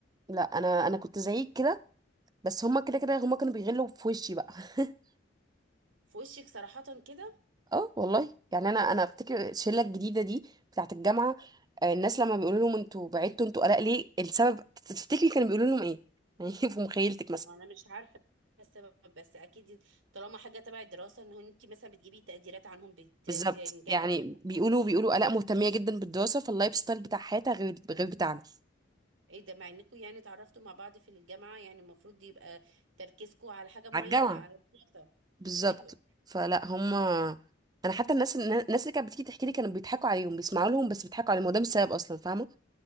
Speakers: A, on the right (about 20°); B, on the right (about 90°).
A: لا انا انا كنت زيك كده بس هما كده كده هما كانوا بيغلوا في وشي بقى <laughs>
B: في وشك صراحة كده
A: اه والله يعني انا انا افتكر الشله الجديده دي بتاعه الجامعه آه، الناس لما بيقولوا لهم انتوا بعدتوا انتوا قلق ليه السبب تفتكري كانوا بيقولوا لهم ايه <laughs> يعني في مخيلتك مثلا
B: انا مش عارفه السبب بس اكيد طالما حاجه تبع الدراسه ان انت مثلا بتجيبي تقديرات عنهم بتنجحي
A: بالظبط يعني
B: عن-
A: بيقولوا بيقولوا قلق مهتميه جدا بالدراسه فاللايف ستايل بتاع حياتها غير غير بتاعنا
B: ايه ده مع انكم يعني اتعرفتوا مع بعض في الجامعه يعني المفروض يبقى تركيزكم على حاجه معينه
A: على الجامعه
B: على الدراسه
A: بالظبط
B: ايوه
A: فلا هم انا حتى الناس الناس اللي كانت بتيجي تحكي لي كانوا بيضحكوا عليهم بيسمعوا لهم بس بيضحكوا عليهم وده مش السبب اصلا فاهمه